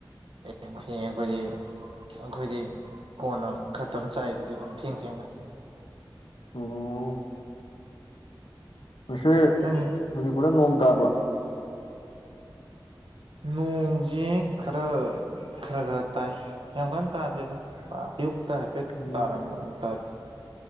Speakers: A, on the right (about 80°); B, on the left (about 80°).
A: ꯍꯈ ꯑꯩꯈꯣꯏꯗꯤ ꯀꯣꯟꯅ ꯈꯠꯇꯕ ꯆꯥꯏꯗꯨꯗꯤ ꯑꯗꯨꯝ ꯊꯦꯡ ꯊꯦꯡꯅ
B: ꯑꯣ ꯉꯁꯦ
A: ꯅꯪ
B: ꯃꯅꯤꯄꯨꯔꯗ ꯅꯣꯡ ꯇꯥꯕ꯭ꯔꯥ
A: ꯅꯣꯡꯖꯦ ꯈꯔ ꯈꯔ ꯈꯔ ꯇꯥꯏ ꯌꯥꯝ ꯀꯟꯅ ꯇꯥꯗꯦꯗꯌꯨꯛ ꯇꯥ ꯍꯥꯏꯐꯦꯠ
B: ꯑꯣ
A: ꯇꯥꯔꯝꯕꯅꯤ ꯇꯥꯗꯦ